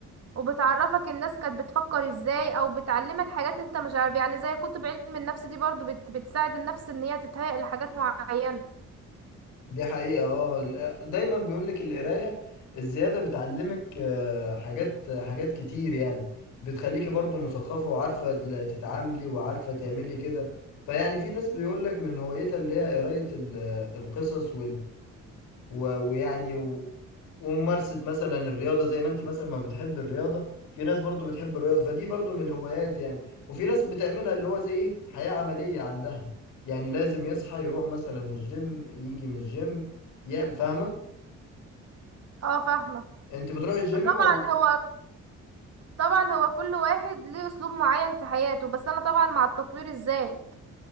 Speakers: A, on the right; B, on the left.
A: وبتعرفك الناس كانت بتفكر ازاي او بتعلمك حاجات انت مش عارف يعني زي كتب علم النفس دي برضو بت بتساعد النفس ان هي تتهيأ لحاجات معينه
B: دي حقيقة اه ال- دايما بيقولك القراية الزيادة بتعلمك آه، حاجات حاجات كتير يعني بتخليكي برضو مثقفة وعارفة ال- تتعاملي وعارفة تعملي كده فيعني في ناس بيقولك من هوايتها اللي هي قراية ال- القصص و- ويعني و... وممارسة مثلا الرياضة زي ما انت مثلا ما بتحب الرياضة في ناس برضو بتحب الرياضة فدي برضو من الهوايات يعني وفي ناس بتعملها اللي هو زي ايه حياة عملية عندها يعني لازم يصحى يروح مثلا الجيم يجي من الجيم يعمل فاهمة
A: اه فاهمه
B: انت بتروح الجيم
A: طبعا
B: ولا
A: هو طبعا هو كل واحد ليه اسلوب معين في حياته بس انا طبعا مع التطوير ازاي